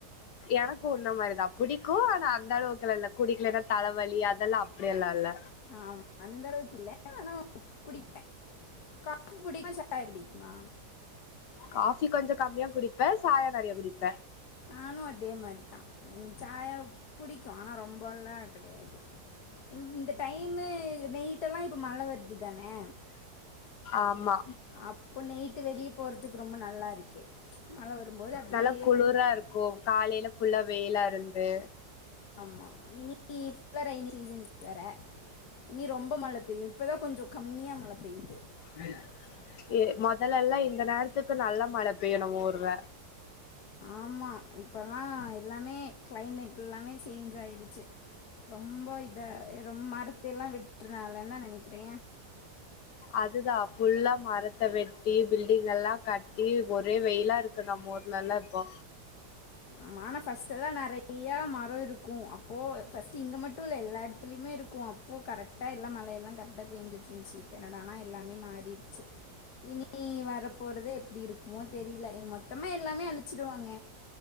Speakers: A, on the left; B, on the left.
A: எனக்கு உன்ன மாரிதா புடிக்கு ஆனா அந்த அளவுக்குல இல்ல குடிக்கலனா தலவலி அதெல்லா அப்டி எல்லா இல்ல
B: ஆமா அந்தளவுக்கு இல்ல ஆனா குடிப்பே காப்பி புடிக்குமா சாயா புடிக்குமா
A: காபி கொஞ்ச கம்மியா குடிப்ப சாயா நெறைய குடிப்ப
B: நானு அதே மாரிதா என் சாயா புடிக்கு ஆனா ரொம்பல்லா கெடயாது இந்த டைமு நைட்டெல்லா இப்ப மழ வருது தானே
A: ஆமா
B: அப்ப நைட்டு வெளிய போறதுக்கு ரொம்ப நல்லா இருக்கு மழ வரும்போது அப்படியே
A: நல்லா குளுரா
B: வந்து
A: இருக்கு காலையில ஃபுல்லா வெயிலா இருந்து
B: ஆமா இனி இவ் ரெய்னி சீசன்ஸ் வேற இனி ரொம்ப மழ பெய்யு இப்பதா கொஞ்ச கம்மியா மழ பெய்யுது
A: மேய ஏ மொதலெல்லா இந்த நேரத்துக்கு நல்லா மழ பெய்யு நம்ம ஊர்ல
B: ஆமா இப்பல்லா எல்லாமே கிளைமேட் எல்லாமே சேஞ்ச் ஆயிடுச்சு ரொம்ப இத ரொ மரத்த எல்லா விட்டுருனால தா நெனக்கிறே
A: அதுதா ஃபுல்லா மரத்த வெட்டி பில்டிங் எல்லா கட்டி ஒரே வெயிலா இருக்கு க்கு நம்ம ஊருலெல்லா இப்போ
B: ஆமா ஆனா ஃபஸ்ட் எல்லா நெறையா மரோ இருக்கு அப்போ ஃபர்ஸ்ட் இங்க மட்டு இல்ல எல்லா எடத்துலயுமே இருக் க்கு அப்போ கரெக்டாக எல்லா மழையெல்லா கரெக்டாக பெஞ்சிட்டுருந்துச்சு இப்ப என்னடான்னா எல்லாமே மாறிருச்சு இனி வரப்போறது எப்டி இருக்குமோ தெரில மொத்தமா எல்லாமே அழிச்சிடுவாங்க